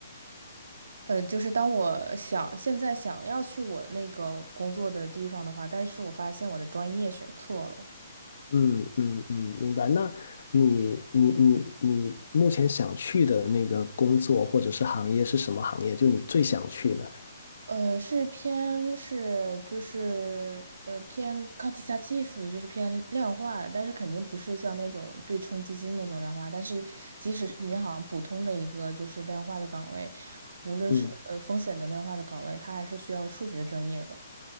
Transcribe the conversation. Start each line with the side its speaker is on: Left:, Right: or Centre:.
Right: 呃，就是当我想现在想要去我那个工作的地方的话，但是我发现我的专业选错了，
Left: 嗯嗯嗯，明白。那你你你你目前想去的那个工作或者是行业是什么行业？就你最想去的？
Right: 呃，是偏是就是呃偏 quantitative，就是偏量化的，但是肯定不是像那种对冲基金那种量化，但是即使是银行普通的一个就是量化的岗位，无论是呃风险的量化的岗位，
Left: 嗯。
Right: 它还是需要数学专业的。